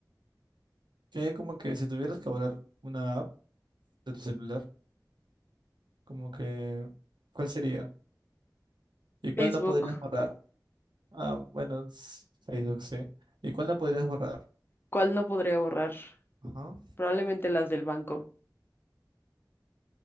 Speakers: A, on the right; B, on the left.
A: que como que si tuvieras que borrar una app de tu celular, como que, ¿cuál sería? ¿Y cuál
B: Facebook,
A: no podrías borrar? Ah, bueno, s- Facebook, sí. ¿Y cuál no podrías borrar?
B: ¿cuál no podría borrar?
A: Ajá.
B: Probablemente las del banco.